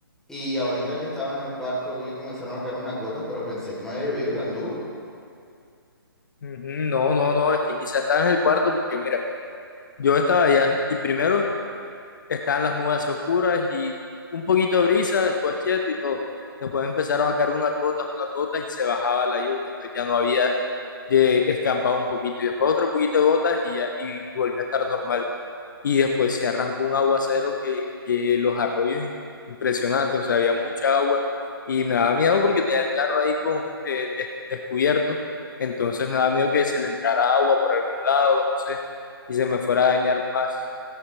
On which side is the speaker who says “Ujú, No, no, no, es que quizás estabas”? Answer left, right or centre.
Left